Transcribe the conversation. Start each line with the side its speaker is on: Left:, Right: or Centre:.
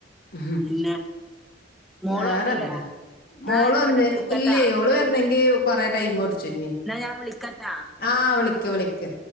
Left: ആ
Centre: പിന്നെ മോള്
Left: വേറെന്താ
Centre: വന്നില്ലേ എന്നാ
Left: മോളു
Centre: ആയിക്കോട്ടെ
Left: വന്നേക്കുല്ലെ
Centre: വിളിക്കട്ടാ
Left: ഓള് വര്ണെങ്കി കൊറെ ടൈമുടിച്ചും ഇഞി
Centre: എന്നാ ഞാൻ വിളിക്കട്ടാ
Left: ആ വിളിക്ക് വിളിക്ക്